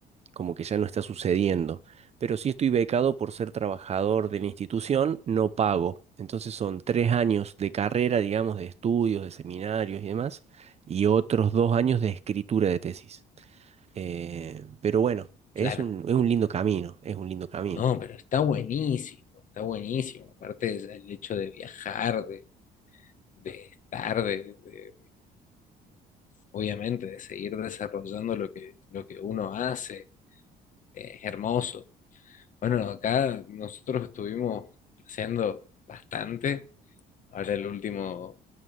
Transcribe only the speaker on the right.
como que ya no está sucediendo. Pero sí estoy becado por ser trabajador de la institución, no pago. Entonces son tres años de carrera, digamos, de estudios, de seminarios y demás, y otros dos años de escritura de tesis. Eh, pero bueno, es
un, es un lindo camino, es un lindo camino.